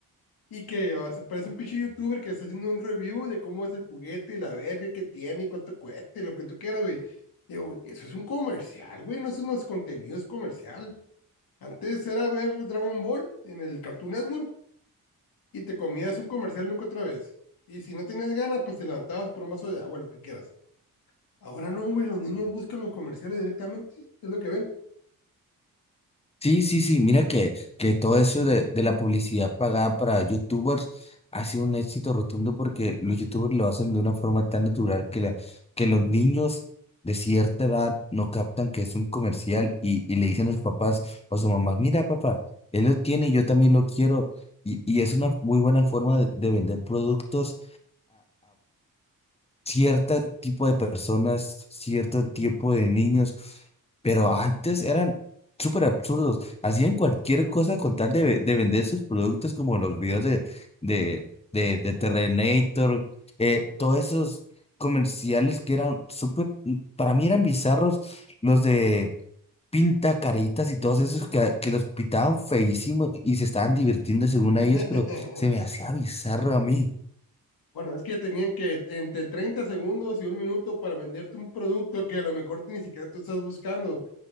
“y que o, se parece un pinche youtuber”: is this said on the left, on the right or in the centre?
Left